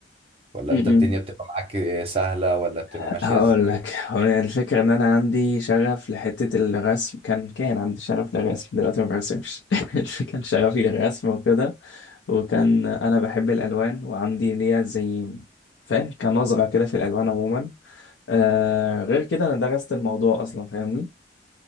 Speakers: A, on the right; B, on the left.
A: ولا
B: م.
A: انت الدنيا بتبقى معاك سهلة ولا بتبقى
B: هقول
A: ماشية ازاي
B: لك هو الفكرة ان انا عندي شغف لحتة الرسم كان كان عندي شغف للرسم دلوقتي ما برسمش <laughs> كان شغفي للرسم وكده وكان انا بحب الالوان وعندي ليا زي فاهم كان نظرة كده في الالوان عموما آه غير كده انا درست الموضوع اصلا فاهمني